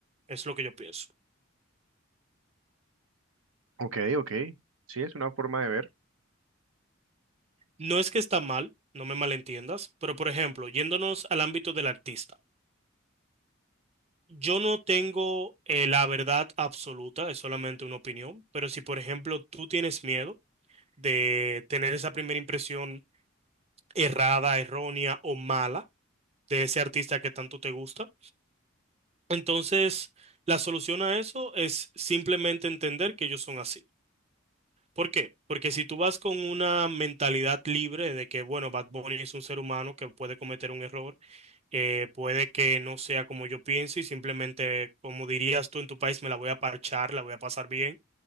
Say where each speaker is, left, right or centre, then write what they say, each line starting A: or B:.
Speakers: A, on the right; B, on the right.
A: Es lo que yo pienso.
B: Ok, ok. Sí, es una forma de ver.
A: No es que está mal, no me malentiendas, pero por ejemplo, yéndonos al ámbito del artista. Yo no tengo eh, la verdad absoluta, es solamente una opinión, pero si por ejemplo tú tienes miedo, de tener esa primera impresión errada, errónea o mala de ese artista que tanto te gusta. Entonces, la solución a eso es simplemente entender que ellos son así. ¿Por qué? Porque si tú vas con una mentalidad libre de que, bueno, Bad Bunny es un ser humano que puede cometer un error, eh, puede que no sea como yo pienso y simplemente, como dirías tú en tu país, me la voy a parchar, la voy a pasar bien